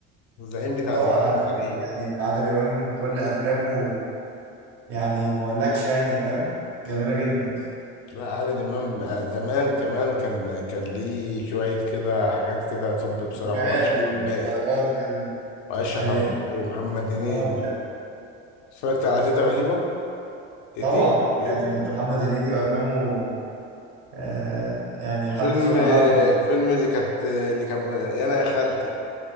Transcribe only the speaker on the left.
الزعيم بتاع
زمان
الزعيم
لا عادل امام آه، زمان كمان كان كان ليه شوية كده حاجات كده طب بصراحة
واشرف
عباقي
واشرف
عباقي ومحمد هنيدي
اتفرجت على تيتا رهيبة تيتا
تيتا
فيلم
آه،
فيلم اللي كانت اللي كان انا يا خالتي